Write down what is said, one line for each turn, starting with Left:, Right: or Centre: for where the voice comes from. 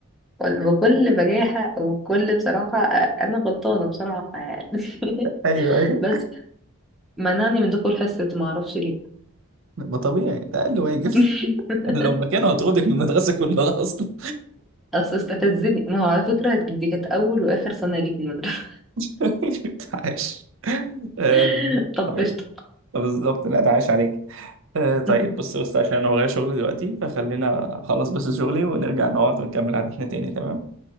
Centre: بكل بجاحة وكل بصراحة أنا غلطانة بصراحة يعني <laughs>
Right: ايوه ايوه
Centre: بس منعني من دخول حصة معرفش ليه
Right: ما طبيعي ده أقل واجب
Centre: <laughs>
Right: <laughs> لو ما كانوا هتاخدك من المدرسة كلها أصلا
Centre: اصل استفزني ما هو على فكرة دي كانت اول واخر سنة ليك في المدرسة
Right: <laughs> عاش آم،
Centre: <laughs> طب
Right: طيب
Centre: قشطة
Right: بالظبط لا ده عاش عليك آه، طيب
Centre: <laughs>
Right: بص بص عشان أنا ورايا شغل دلوقتي فخلينا أخلص بس شغلي ونرجع نقعد ونكمل حديثنا تاني تمام؟